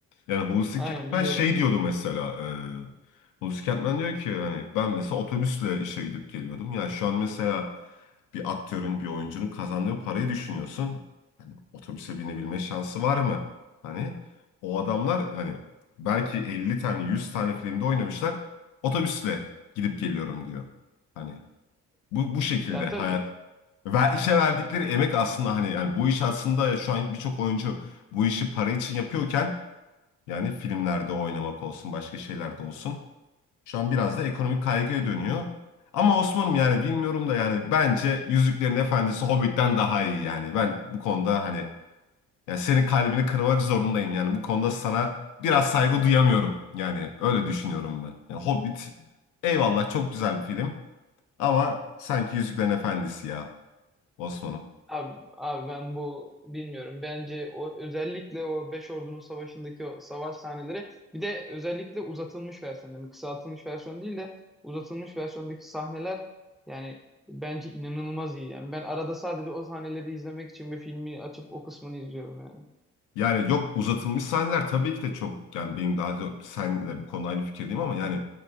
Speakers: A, on the left; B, in the centre.
A: Yani Hulusi
B: Aynen
A: Kentmen
B: biliyorum.
A: şey diyordu mesela. E, Hulusi Kentmen diyor ki hani ben mesela otobüsle işe gidip geliyordum. Ya şu an mesela bir aktörün bir oyuncunun kazandığı parayı düşünüyorsun. Hani otobüse binebilme şansı var mı? Hani o adamlar hani belki 50 tane 100 tane filmde oynamışlar. Otobüsle gidip geliyorum diyor. Hani bu bu şekilde
B: Ya tabii
A: hayat ve işe verdikleri emek aslında hani yani bu iş aslında ya şu an birçok oyuncu bu işi para için yapıyorken yani filmlerde oynamak olsun başka şeylerde olsun şu an biraz da ekonomik kaygıya dönüyor. Ama Osman'ım yani bilmiyorum da yani bence Yüzüklerin Efendisi Hobbit'ten daha iyi yani ben bu konuda hani yani senin kalbini kırmak zorundayım yani bu konuda sana biraz saygı duyamıyorum yani öyle düşünüyorum ben. Yani Hobbit eyvallah çok güzel bir film ama sanki Yüzüklerin Efendisi ya Osman'ım.
B: Abi, abi ben bu bilmiyorum. Bence o özellikle o Beş Ordunun Savaşı'ndaki o savaş sahneleri bir de özellikle uzatılmış versiyon yani kısaltılmış versiyon değil de uzatılmış versiyondaki sahneler yani bence inanılmaz iyi. Yani ben arada sadece o sahneleri izlemek için bir filmi açıp o kısmını izliyorum yani.
A: Yani yok uzatılmış sahneler tabii ki de çok yani benim daha da senle bu konuda aynı fikirdeyim ama yani